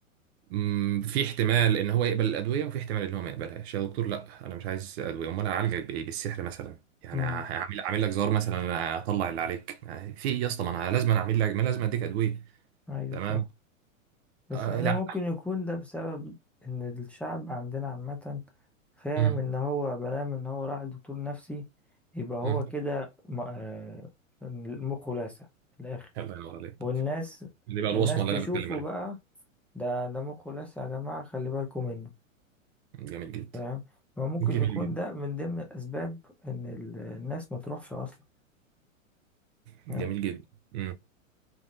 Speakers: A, on the right; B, in the centre.
A: مم، في احتمال ان هو يقبل الادويه وفي احتمال ان هو ما يقبلهاش يا دكتور لا انا مش عايز ادويه امال هعالجك بايه بالسحر مثلا يعني
B: مم.
A: هعمل اعمل لك زهار مثلا انا اطلع اللي عليك يعني في ايه يا اسطى ما انا لازم أنا اعمل لك ما لازم اديك ادويه
B: ايوه
A: تمام
B: فاهم بس
A: آه
B: احنا
A: لا
B: ممكن يكون ده بسبب ان الشعب عندنا عامة فاهم
A: امم
B: ان هو بلام ان هو راح دكتور نفسي يبقى هو
A: امم
B: كده م- آه، مخه لاسع في الاخر
A: الله ينور عليك
B: والناس
A: دي بقى الوصمه
B: الناس
A: اللي
B: تشوفه
A: انا بتكلم عليها
B: بقى ده ده مخه لاسع يا جماعة خلي بالكم منه
A: جميل جدا
B: فاهم فممكن
A: جميل
B: يكون
A: جدا
B: ده من ضمن الاسباب ان ال- الناس ما تروحش اصلا
A: جميل
B: فاهم
A: جدا امم